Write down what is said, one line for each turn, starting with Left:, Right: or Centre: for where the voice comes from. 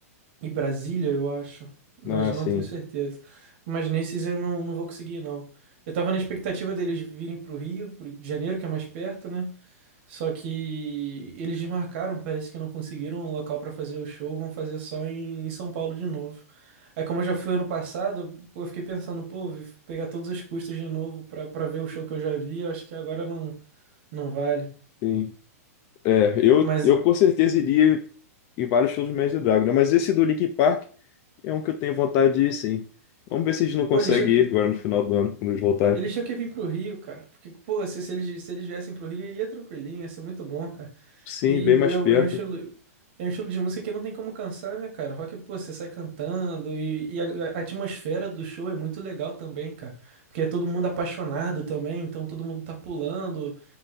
Right: e Brasília, eu acho. Mas
Left: Ah,
Right: não
Left: sim.
Right: tenho certeza. Mas nesses eu não, não vou conseguir, não. Eu tava na expectativa deles virem pro Rio, pro Rio de Janeiro, que é mais perto, né? Só que eles desmarcaram, parece que não conseguiram um local pra fazer o show, vão fazer só em, em São Paulo de novo. Aí, como eu já fui ano passado, pô, eu fiquei pensando, pô, vou pegar todos os custos de novo pra para ver o show que eu já vi, eu acho que agora não, não vale.
Left: Sim. É, eu,
Right: Mas,
Left: eu com certeza iria em vários shows do Imagine Dragons, né? Mas esse do Linkin Park é um que eu tenho vontade de ir, sim. Vamos ver se a gente não consegue
Right: pô, eles tinham que.
Left: ir agora no final do ano, quando eles voltarem.
Right: Eles tinham que vir pro Rio, cara. Porque, pô, se, se eles, se eles viessem pro Rio, ia tranquilinho, ia ser muito bom, cara.
Left: Sim,
Right: E
Left: bem
Right: é,
Left: mais perto.
Right: um é um estilo, é um estilo de música que não tem como cansar, né, cara? Rock, pô, você sai cantando e, e a, a atmosfera do show é muito legal também, cara. Porque é todo mundo apaixonado também, então todo mundo tá pulando.